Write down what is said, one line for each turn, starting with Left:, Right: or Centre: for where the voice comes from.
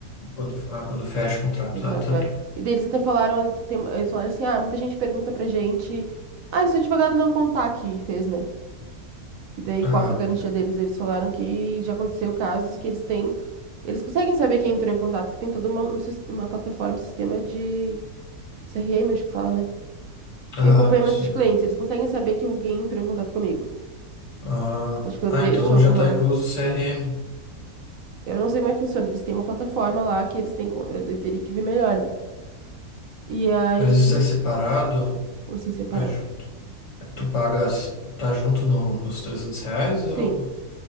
Left: Quando, ah, quando fecha o contrato.
Right: Contrato,
Left: Ah, tá.
Right: é. E daí eles até falaram, tem- eles falaram assim, ah, muita gente pergunta pra gente, ah, esse advogado não contar que fez, né? E daí,
Left: Aham,
Right: qual que é a garantia deles? Eles falaram que já aconteceu casos que eles têm. Eles conseguem saber quem entrou em contato, que tem toda uma, um sis- uma plataforma, um sistema de CRM, acho que fala, né?
Left: aham,
Right: De acompanhamento
Left: sim.
Right: de clientes. Eles conseguem saber que alguém entrou em contato comigo.
Left: Ah,
Right: Acho que eu
Left: ah,
Right: deixo
Left: então
Right: alguma.
Left: já tá incluso o CRM.
Right: Eu não sei como é que funciona. Eles têm uma plataforma lá que eles têm. co- Eu teria que ver melhor, né? E aí.
Left: Mas isso é separado
Right: Como assim, separado?
Left: ou é junto? Tu pagas, tá junto no- nos 300 reais ou...
Right: Sim.